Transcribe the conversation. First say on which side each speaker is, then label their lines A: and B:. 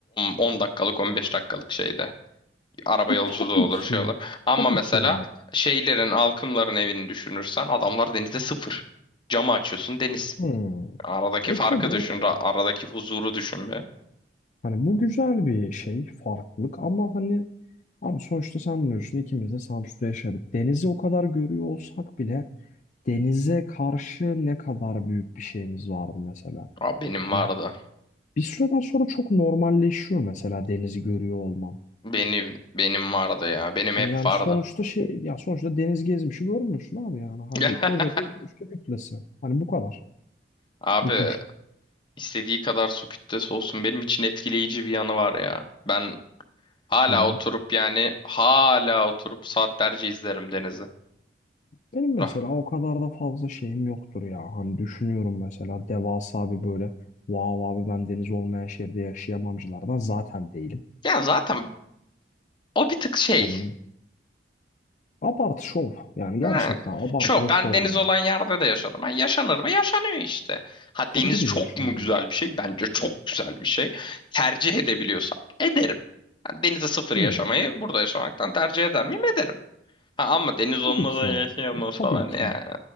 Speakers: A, on the left (about 25°); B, on the left (about 45°).
A: 10 dakikalık 15 dakikalık şeyde. Araba
B: E
A: yolculuğu
B: tabii
A: olur
B: ki.
A: şey olur. Ama
B: Tabii
A: mesela
B: ki evet.
A: şeylerin halkımların evini düşünürsen adamlar denize sıfır. Camı açıyorsun deniz.
B: Hmm.
A: Aradaki
B: E
A: farkı
B: tabii o
A: düşün.
B: da
A: ra-
B: var.
A: Aradaki huzuru düşün be.
B: Hani bu güzel bir şey, farklılık ama hani abi sonuçta sen biliyorsun ikimiz de Samsun'da yaşadık. Denizi o kadar görüyor olsak bile Denize karşı ne kadar büyük bir şeyimiz vardı mesela.
A: Abi benim
B: Hani
A: vardı.
B: bir süreden sonra çok normalleşiyor mesela denizi görüyor olman.
A: Benim benim vardı ya. Benim hep
B: Hani yani
A: vardı.
B: sonuçta şey ya sonuçta deniz gezmişi görmüyorsun abi yani. Hani
A: <laughs>
B: koca bir su kütlesi. Hani bu kadar.
A: Abi
B: Bütün şey.
A: istediği kadar su kütlesi olsun. Benim için etkileyici bir yanı var ya. Ben hala
B: Hani ya.
A: oturup yani hala oturup saatlerce izlerim denizi.
B: benim mesela
A: Rah-
B: o kadar da fazla şeyim yoktur ya. Hani düşünüyorum mesela devasa bir böyle vav abi ben deniz olmayan şehirde yaşayamamcılardan zaten değilim.
A: Ya zaten o bir tık şey.
B: Hani abartı şov. Yani
A: Ha.
B: gerçekten abartı
A: Şu
B: ve
A: ben
B: şov
A: deniz
B: yani.
A: olan yerde de yaşadım. Ha, yaşanır mı? Yaşanıyor işte. Ha
B: Tabii
A: deniz
B: ki de
A: çok
B: yaşıyorum
A: mu güzel bir şey? Bence çok güzel bir şey. Tercih edebiliyorsam ederim. Ha, denize sıfır
B: Hmm,
A: yaşamayı burada yaşamaktan tercih eder miyim? Ederim. Ha, ama deniz olmadan
B: tabii ki.
A: yaşayamam falan
B: Tabii ki.
A: ya.